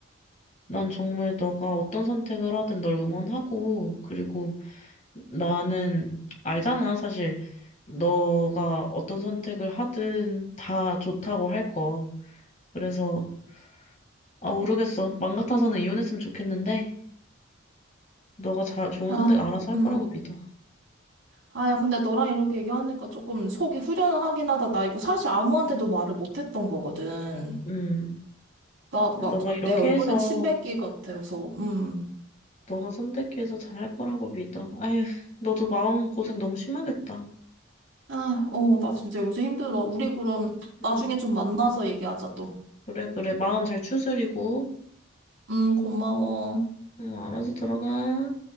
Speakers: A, on the left; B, on the right.
A: 난 정말 너가 어떤 선택을 하든 널 응원하고, 그리고 나는 알잖아, 사실. 너가 어떤 선택을 하든 다 좋다고 할 거. 그래서, 아, 모르겠어. 맘 같아서는 이혼했으면 좋겠는데, 너가 자, 좋은
B: 야,
A: 선택 알아서 할
B: 음,
A: 거라고 믿어.
B: 아, 야, 근데 너랑 이렇게 얘기하니까 조금 속이 후련하긴 하다. 나 이거 사실 아무한테도 말을 못했던 거거든.
A: 음.
B: 나 막
A: 너가 이렇게
B: 내 얼굴에
A: 해서,
B: 침 뱉기 같아서, 음,
A: 너가 선택해서 잘 할 거라고 믿어. 아휴, 너도 마음 고생 너무 심하겠다.
B: 아, 어, 나 진짜 요새 힘들어. 우리 그럼 나중에
A: 음.
B: 좀 만나서 얘기하자 또.
A: 그래, 그래. 마음 잘 추스리고,
B: 음, 고마워.
A: 음, 알아서 들어가.